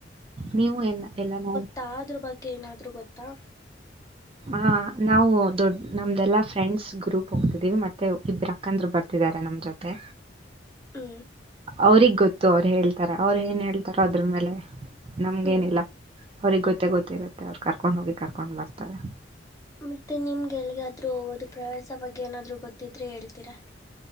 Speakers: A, on the right (about 30°); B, on the left (about 20°).
A: ನೀವು ಏನ್ ಎಲ್ಲ ನಾ
B: ತ್ತಾದ್ರ ಬಗ್ಗೆ ಏನಾದ್ ಗೊತ್ತಾ
A: ಹ ನಾವು ದೊಡ್ ನಮ್ದೆಲ್ಲಾ ಫ್ರೆಂಡ್ಸ್ ಗ್ರೂಪ್ ಹೋಗ್ತಿದೀವಿ ಮತ್ತೆ ಇಬ್ರ ಯಾಕಂದ್ರರು ಬರ್ತಿದ್ದಾರೆ ನಮ್ಮ್ ಜೊತೆ
B: ಹ್ಮ
A: ಅವ್ರಗ್ ಗೊತ್ತು ಅವರು ಹೇಳ್ತಾರೆ ಅವ್ರ ಏನ್ ಹೇಳ್ತಾರೋ ಅದ್ರ ಮೇಲೆ ನಮ್ಗೇನಿಲ್ಲ
B: ಹ್ಞೂ
A: ಅವ್ರಿಗೆ ಗೊತ್ತ ಗೊತ್ತಿರುತ್ತೆ ಅವ್ರು ಕರ್ಕೊಂಡ್ ಹೋಗಿ ಕರ್ಕೊಂಡ್ಲಾಗ್ತಾರೆ
B: ಮತ್ತೆ ನಿಮ್ಗೆ ಎಲ್ಗಾದ್ರು ಹೋಗೋದು ಪ್ರವಾಸ ಬಗ್ಗೆ ಏನಾದ್ರು ಗೊತ್ತಿದ್ರೆ ಹೇಳ್ತೀರಾ